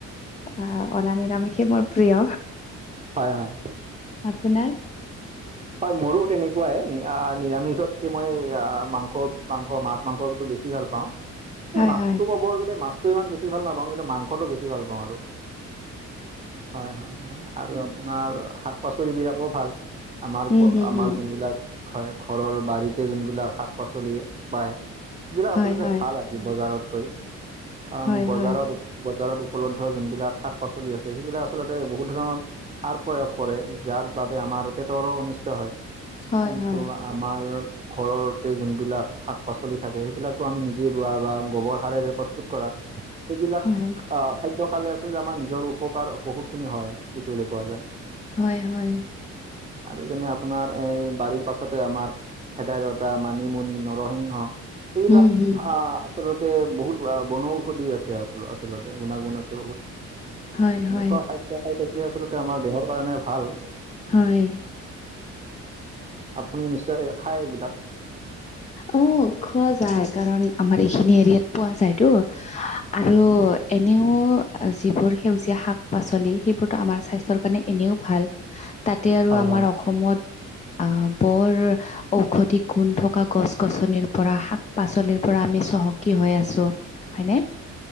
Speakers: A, on the left; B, on the right.
A: আহ অনা নিৰামিষ মোৰ প্ৰিয়।
B: হয় হয়।
A: আপোনাৰ?
B: হয় মোৰো তেনেকুৱাই আহ নিৰামিষতকে মই আহ মাংস, মাংস, মাছ মাংসতো বেছি বেছি ভাল পাওঁ,
A: হয়
B: মাছটো
A: হয়
B: কব গ'লে মাছটো ইমান বেছি ভাল নাপাওঁ, কিন্তু মাংসটো বেছি ভাল পাওঁ আৰু। হয় হয় হয় আৰু আপোনাৰ শাক পাচলি বিলাকো ভাল। আমাৰ
A: উম হুম
B: আমাৰ
A: হুম
B: যোনবিলাক হয় ঘৰৰ বাৰীতে যোনবিলাক শাক পাচলি পায়, সেইবিলাক
A: হয়
B: আচলতে
A: হয়
B: ভাল বজাৰতকৈ কাৰণ
A: হয়
B: বজাৰত
A: হয়
B: বজাৰত উপলব্ধ যোনবিলাক শাক পাচলি আছে সেইবিলাক আচলতে বহুত ধৰণৰ সাৰ প্ৰয়োগ কৰে যাৰ বাবে আমাৰ পেটৰো অনিষ্ট হয়।
A: হয়,
B: কিন্তু,
A: হয়,
B: আমাৰ ঘৰতে যোনবিলাক শাক পাচলি থাকে, সেইবিলাকতো আমি নিজে ৰোৱা বা গোবৰ সাৰেৰে প্ৰস্তুত কৰা। <unintelligible> সেইবিলাক
A: হয়,
B: আহ খাদ্য খালে আচলতে আমাৰ নিজৰ উপকাৰ বহুতখিনি হয় দেখিবলৈ পোৱা যায়।
A: হয় হয়।
B: আৰু যেনে আপোনাৰ এই বাৰীৰ পাছতে আমাৰ, ভেদাইলতা, মানিমুনি, নৰসিংহ এইবিলাক
A: হুম, হুম।
B: আহ আচলতে বহুত বনৌষধি আছে আচলতে গুণাগুণ আছে বহুত।
A: হয়,
B: এনেকুৱা
A: হয়।
B: খাদ্য খাই থাকিলে আচলতে আমাৰ দেহৰ কাৰণে ভাল।
A: হয়
B: আপুনি নিশ্চয় খাই এইবিলাক?
A: অ' খোৱা যায় কাৰণ আমাৰ এইখিনি এৰিয়াত পোৱা যায়তো। আৰু এনেও যিবোৰ সেউজীয়া শাক পাচলি সেইবোৰ। আমাৰ স্বাস্থ্যৰ কাৰণে এনেও ভাল, তাতে আৰু
B: হয়
A: আমাৰ
B: হয়
A: অসমত। আহ বৰ ঔষধি গুণ থকা গছ গছনিৰ পৰা শাক পাচলিৰ পৰা আমি চহকী হৈ আছো হয়নে?